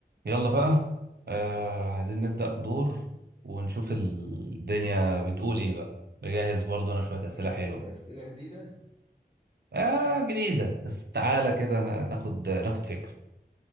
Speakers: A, on the right; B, on the left.
A: يلا بقى آه عايزين نبدأ دور ونشوف الدنيا بتقول ايه بقى بجهز برضو انا شوية
B: جاهز
A: أسئلة حلوة
B: بأسئلة جديدة
A: آه جديدة بس تعالى كده نا- ناخد ناخد فكرة